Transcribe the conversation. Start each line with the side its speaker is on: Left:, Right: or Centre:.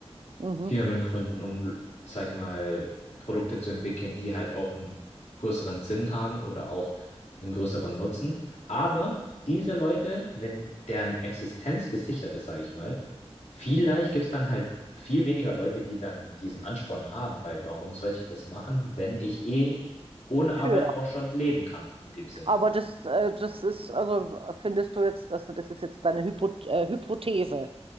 Right: Mhm.
Left: Firmen gründen, um, sag ich mal, Produkte zu entwickeln, die halt auch einen größeren Sinn haben oder auch einen größeren Nutzen. Aber diese Leute, wenn deren Existenz gesichert ist, sag ich mal, vielleicht gibt es dann halt viel weniger Leute, die dann diesen Ansporn haben, weil warum sollte ich das machen, wenn ich eh ohne
Right: Tja,
Left: Arbeit auch schon leben kann, in dem Sinne.
Right: aber das, äh, das ist, also findest du jetzt, also das ist jetzt deine Hypo äh, Hypothese.